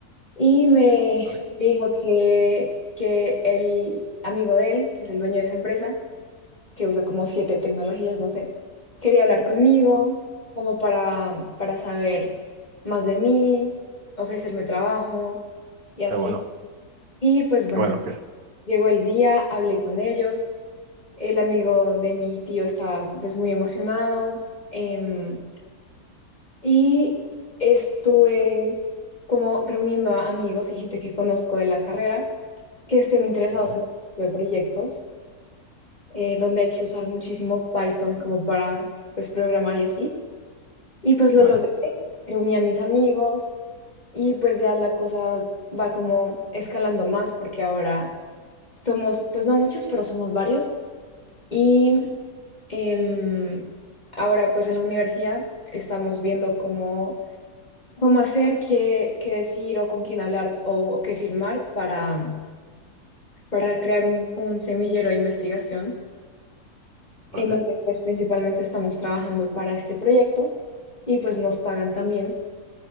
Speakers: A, on the left; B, on the right.
A: y me
B: vale.
A: dijo que, que el amigo de él, que es el dueño de esa empresa, que usa como siete tecnologías, no sé, quería hablar conmigo
B: vale.
A: como para, para saber más de mí, ofrecerme trabajo y así.
B: Qué bueno,
A: Y pues
B: qué
A: bueno,
B: bueno, que
A: llegó el día, hablé con ellos el amigo de mi tío estaba pues muy emocionado em, y estuve como reuniendo a amigos y gente que conozco de la carrera que estén interesados
B: vale,
A: en este tipo de proyectos eh, donde hay que usar muchísimo Python como para pues programar y así. Y pues lo
B: vale,
A: logré, reuní a mis amigos y pues ya la cosa va como escalando más porque ahora somos pues no muchos, pero somos varios. Y Em, ahora, pues en la universidad estamos viendo cómo, cómo hacer, qué, qué decir o con quién hablar o, o qué firmar para, para crear un, un semillero de investigación
B: vale.
A: en donde pues principalmente estamos trabajando para este proyecto y pues nos pagan también.